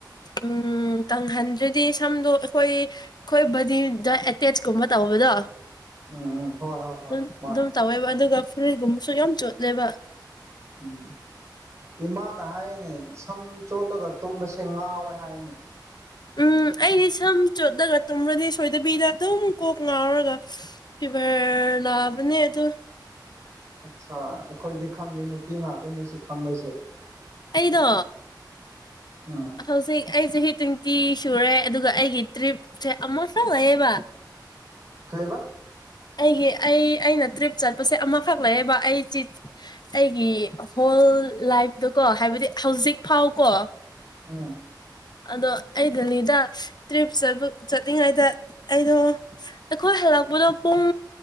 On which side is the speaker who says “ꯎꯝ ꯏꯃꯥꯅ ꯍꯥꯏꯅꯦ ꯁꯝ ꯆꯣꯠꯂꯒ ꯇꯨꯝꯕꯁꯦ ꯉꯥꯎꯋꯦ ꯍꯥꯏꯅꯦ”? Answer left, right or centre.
Right